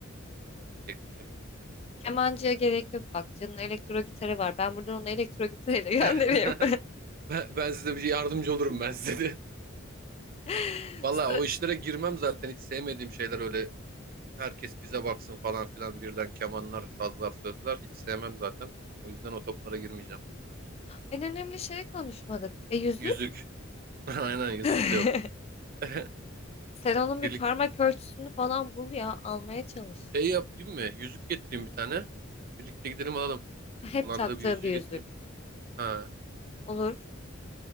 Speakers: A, on the left; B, on the right.
A: Hmm.
B: teklifi.
A: Kemancıya gerek yok bak. Can'ın elektro gitarı var. Ben buradan onu elektro gitarıyla göndereyim.
B: <laughs> Ben, ben size bir yardımcı olurum ben size de.
A: <laughs>
B: Valla
A: <laughs>
B: o işlere girmem zaten hiç sevmediğim şeyler öyle herkes bize baksın falan filan birden kemanlar, sazlar, sözler hiç sevmem zaten. O yüzden o toplara girmeyeceğim.
A: En önemli şeyi konuşmadık. E yüzük?
B: Yüzük. <laughs> Aynen yüzük
A: <laughs>
B: de yok. <laughs>
A: Sen onun bir
B: Birlikte
A: parmak ölçüsünü falan bul ya almaya çalış.
B: şey yapayım mı? Yüzük getireyim bir tane. Birlikte gidelim alalım.
A: Hep
B: Kullandığı
A: taktığı
B: bir yüzüğü
A: bir
B: getireyim.
A: yüzük.
B: Ha,
A: Olur.